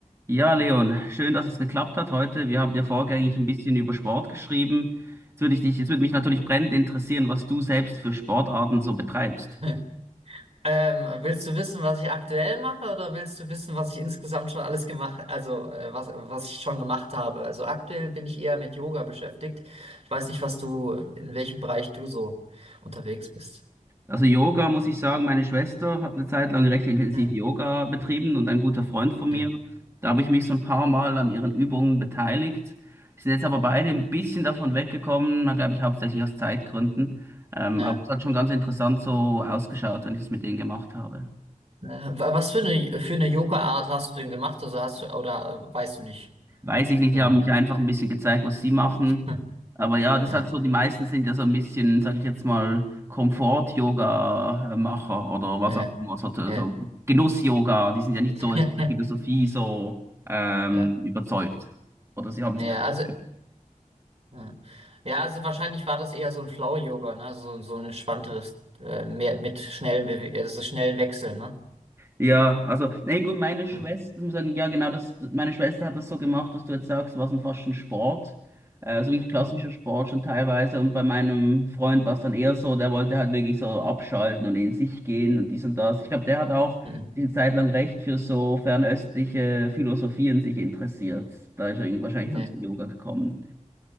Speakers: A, on the right; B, on the right.
A: Ja, Leon, schön, dass es geklappt hat heute. Wir haben ja vorgängig ein bisschen über Sport geschrieben. Jetzt würde ich dich, jetzt würde mich natürlich brennend interessieren, was du selbst für Sportarten so betreibst.
B: <laughs> Ähm, willst du wissen, was ich aktuell mache, oder willst du wissen, was ich insgesamt schon alles gemacht, also äh, was, was ich schon gemacht habe? Also aktuell bin ich eher mit Yoga beschäftigt. Ich weiß nicht, was du, in welchem Bereich du so unterwegs bist.
A: Also Yoga, muss ich sagen, meine Schwester hat eine Zeit lang recht intensiv
B: Ja,
A: Yoga betrieben und ein guter Freund von
B: ja,
A: mir. Da habe ich mich so ein paar Mal an ihren Übungen beteiligt. Wir sind jetzt aber beide ein bisschen davon weggekommen, glaube ich, hauptsächlich aus Zeitgründen. Ähm,
B: ja.
A: aber es hat schon ganz interessant so ausgeschaut, wenn ich das mit denen gemacht habe.
B: Äh, wa- Was für eine, für eine Yoga-Art hast du denn gemacht? Also hast du, oder äh, weißt du nicht?
A: Weiß ich nicht,
B: Genau.
A: die haben mich einfach ein bisschen gezeigt, was sie machen.
B: Hm,
A: Aber ja, das
B: Ja,
A: hat so, die meisten sind ja so ein bisschen, sage ich jetzt mal, Komfort-Yoga-Macher oder was
B: ja,
A: auch immer, so,
B: ja.
A: so Genuss-Yoga, die sind ja nicht
B: <laughs>
A: so jetzt von der Philosophie so ähm,
B: Ja,
A: überzeugt. Oder sie haben
B: ja,
A: sie damit.
B: also Ja. Ja, also wahrscheinlich war das eher so ein Flow-Yoga, ne? Also So, so ein entspannteres, äh, mehr mit schnellen Bewe also schnellen Wechseln, ne?
A: Ja, also, nee, gut, meine Schwester,
B: Hm.
A: ich muss sagen, ja, genau, das, meine Schwester hat das so gemacht, was du jetzt sagst, war es dann fast schon Sport. Äh, so wirklich klassischer
B: Mhm.
A: Sport schon teilweise. Und bei meinem Freund war es dann eher so, der wollte halt wirklich so abschalten und in sich gehen und dies und das. Ich glaube, der hat auch
B: Mhm.
A: eine Zeit lang recht für so fernöstliche Philosophien sich interessiert. Da ist er irgendwie wahrscheinlich
B: Nee.
A: dann zum Yoga gekommen.